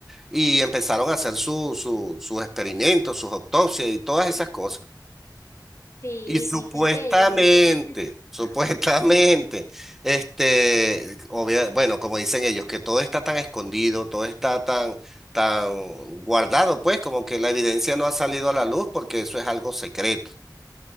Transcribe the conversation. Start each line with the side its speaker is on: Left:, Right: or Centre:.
Centre: y empezaron a hacer su, su- sus experimentos, sus autopsias y todas esas cosas.
Left: sí,
Centre: Y supuestamente,
Left: dicen que ellos.
Centre: supuestamente,
Left: <laughs>
Centre: este, obvia- bueno, como dicen ellos, que todo está tan escondido, todo está tan, tan guardado, pues, como que la evidencia no ha salido a la luz porque eso es algo secreto.